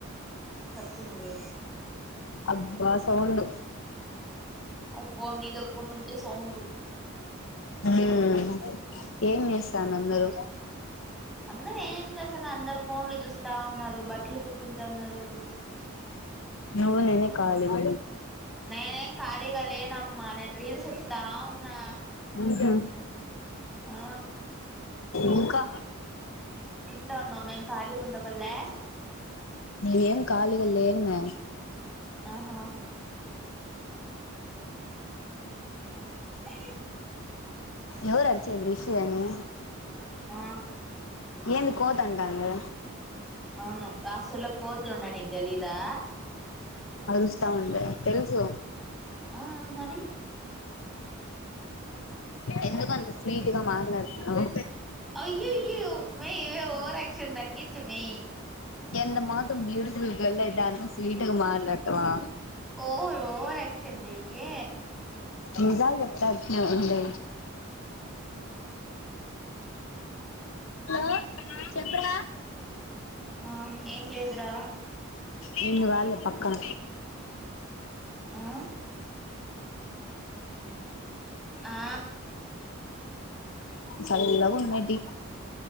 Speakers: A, in the centre; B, on the left.
A: చెప్పు నువ్వే
B: అబ్బా సౌండ్
A: అబ్బో నీ దగ్గర్ నుంచే సౌండు
B: హ్మ్ ఏం చేస్తాన అందరూ
A: అందరు ఏం చేస్తన్నారు అందరు ఫోన్లు చూస్తా ఉన్నారు బట్టలు ఉతుక్కుంటాన్నారు
B: నువ్వు నేనే ఖాళీగా
A: నేనేం కాళి ఫ్రీ గా లేనమ్మ నేను రీల్స్ ఎతుతా ఉన్నా
B: అహ
A: ఆ
B: ఇంకా
A: <unintelligible> ఉన్నాము మేం కాళీ గుండబలే
B: ఏం కాళిగా లేను మే
A: ఆహా అ
B: ఎవరు అరిచేది రిషి అని
A: ఆ
B: ఏంది కోత్ అంటాంది
A: అవును రాష్ట్రంలో కోతులు ఉన్నాయి నీకు తెలిదా
B: అరుస్తా ఉండే తెలుసు
A: ఆ మరి
B: ఎందుకు అంత స్వీట్గా మాట్లాడుతున్నావ్
A: అయ్యాయో మే ఇవే ఓవర్ యాక్ కొంచెం తగ్గించూ మే
B: ఎంత మాత్రం బ్యూటిఫుల్ గోల్ ఐతే <unintelligible> స్వీటుగా మాట్లాడతావా
A: ఓవర్ ఓవర్ యాక్షన్ చేయ్కే
B: నిజాలు <unintelligible> ఉండే హలో చెప్ రా
A: ఆ ఏం లేదురా
B: నిన్గాదులే పక్కన
A: ఆ ఆ
B: చల్లగా ఉన్నాయ్ టీ